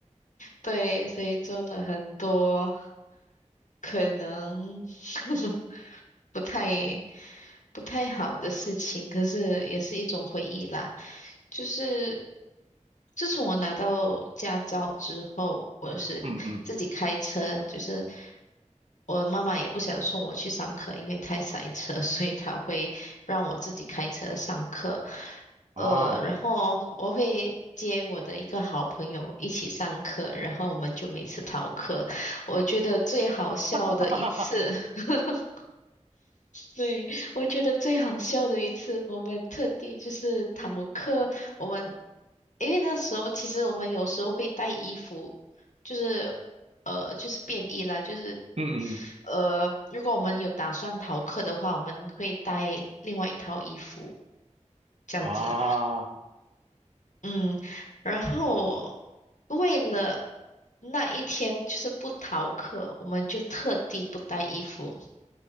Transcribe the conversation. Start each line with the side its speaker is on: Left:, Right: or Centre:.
Left: 对，所以做了很多。可能 <laughs> 不太不太好的事情，可是也是一种回忆啦。就是自从我拿到驾照之后，我是自己开车，
Right: 嗯嗯
Left: 就是我妈妈也不想送我去上课，因为太塞车，<laughs> 所以她会让我自己开车上课。
Right: 啊，
Left: 呃，然后我会接我的一个好朋友一起上课，然后我们就每次逃课。我觉得最好笑的一次，
Right: <laughs> 哈哈哈哈，
Left: <laughs> 对，我觉得最好笑的一次，我们特地就是逃课，我们因为那时候其实我们有时候会带衣服，就是呃就是便衣啦，就是
Right: 嗯嗯。
Left: 呃如果我们有打算逃课的话，我们会带另外一套衣服这样子。
Right: 啊，
Left: 嗯，然后为了那一天就是不逃课，我们就特地不带衣服。